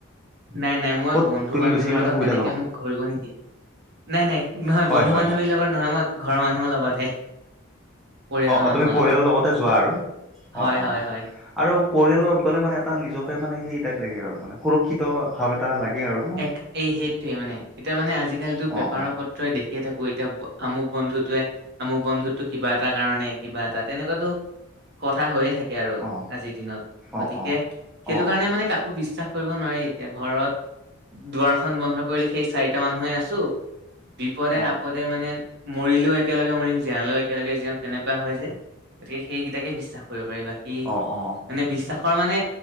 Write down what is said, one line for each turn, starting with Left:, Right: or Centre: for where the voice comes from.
Right: নাই নাই মই
Centre: ক'ত
Right: বন্ধু-বান্ধৱীৰ
Centre: তুমি বেছি মানে
Right: লগত
Centre: সুবিধাজনক
Right: তেনেকে মোক, ঘূৰিব নিদি নাই নাই, নহয়
Centre: হয়
Right: বন্ধু-বান্ধৱীৰ
Centre: হয় হয়
Right: লগত নহয়, মই ঘৰৰ মানুহৰ লগতহে। পৰিয়ালৰ
Centre: অ অ
Right: মানুহৰ
Centre: তুমি পৰিয়ালৰ
Right: লগত
Centre: লগতে যোৱা আৰু
Right: হয়
Centre: অ অ
Right: হয়
Centre: অ।
Right: হয়
Centre: আৰু পৰিয়ালৰ লগত গ'লে মানে এটা নিজকে মানে সেই টাইপ লাগে আৰু মানে সুৰক্ষিত ভাৱ এট টা লাগে আৰু।
Right: এক, এই সেইটোৱে মানে এতিয়া মানে আজিকালিটো পেপাৰৰ
Centre: অ অ
Right: পত ত্ৰয়ে দেখিয়ে থাকো এতিয়া, আমুক বন্ধুটোৱে আমুক বন্ধুটো কিবা এটা কাৰণে কিবা এটা তেনেকুৱাটো, কথা হৈয়ে থাক হে আৰু
Centre: অ
Right: আজিৰ দিনত।
Centre: অ অ
Right: গতিকে, সেইটো
Centre: অ অ
Right: কাৰণে মানে কাকো বিশ্বাস কৰিব নোৱাৰি এতিয়া ঘৰত দুৱাৰখন বন্ধ কৰিলে, সেই চাৰিটা মানুহে আছো, বিপদে
Centre: অ
Right: আপদে মানে মৰিলেও একেলগে মৰিম, জীয়ালেও একেলগে জীয়াম তেনেকুৱা হয় যে। গতিকে সেইকেইটাকে বিশ্বাস কৰিব পাৰি, বাকী
Centre: অ অ
Right: মানে বিশ্বাসৰ মানে